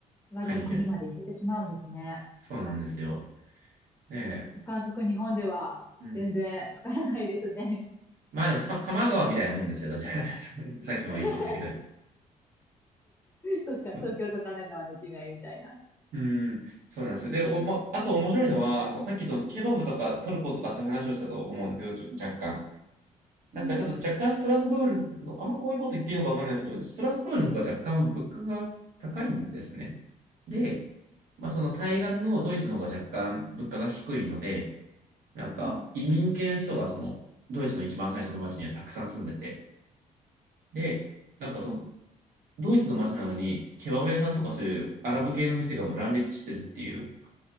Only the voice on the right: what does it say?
買いに行けるんです。そうなんですよ。ね
え。うん。まあでもた、多摩川みたいなもんですよ、どちらかというと。<laughs> さっきも言いましたけど。
うん、
うんそうなんですよ。で、お、まあと面白いのは、そのさっきそのケバブとかトルコとかそういう話をしたと思うんですけど、ちょ若干。なんかちょっと若干ストラスブールの、
あんまこういうこと言っていいのかわかんないですけど、ストラスブールの方が若干物価が高いんですね。で、まあその対岸のドイツの方が若干物価が低いので、なんか移民系の人がそのドイツの一番最初の町にはたくさん住んでて、
で、なんかそのドイツの町なのにケバブ屋さんとかそういうアラブ系の店がもう乱立してるっていう、